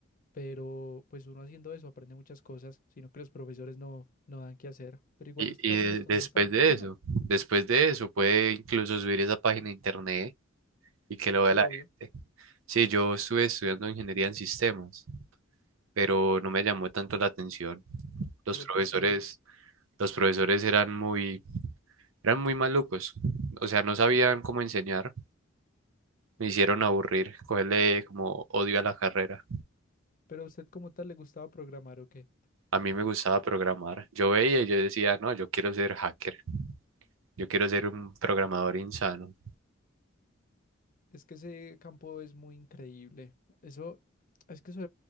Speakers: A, on the left; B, on the right.
A: pero pues uno haciendo eso aprende muchas cosas, sino que los profesores no, no dan qué hacer. Pero igual
B: Y,
A: usted
B: y
A: también
B: de-
A: estudió
B: después
A: esta materia,
B: de eso,
A: ¿no?
B: después de eso, puede incluso subir esa página a internet y que lo
A: Sí,
B: vea la
A: obvio,
B: gente. Sí, yo estuve estudiando ingeniería en sistemas, pero no me llamó tanto la atención. Los
A: pero
B: profesores...
A: ¿por qué?
B: Los profesores eran muy, eran muy malucos, o sea, no sabían cómo enseñar, me hicieron aburrir, cogerle como odio a la carrera.
A: ¿Pero a usted como tal le gustaba programar o qué?
B: A mí me gustaba programar. Yo veía y yo decía, no, yo quiero ser hacker, yo quiero ser un programador insano.
A: Es que ese campo es muy increíble. Eso, es que eso,